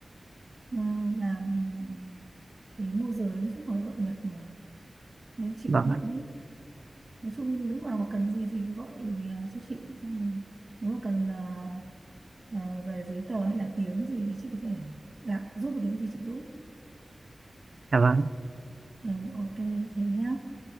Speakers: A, on the right (about 35°); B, on the right (about 60°).
A: ờ, làm ờ, cái môi giới xuất khẩu lao động Nhật mà đấy chị
B: vâng
A: cũng biết
B: ạ.
A: biết nói chung lúc nào mà cần gì thì gọi ờ, cho chị xong rồi nếu mà cần ờ, ờ, về giấy tờ hay là tiếng gì thì chị có thể là giúp được cái gì thì chị giúp
B: dạ vâng
A: Ờ, ok thế nhá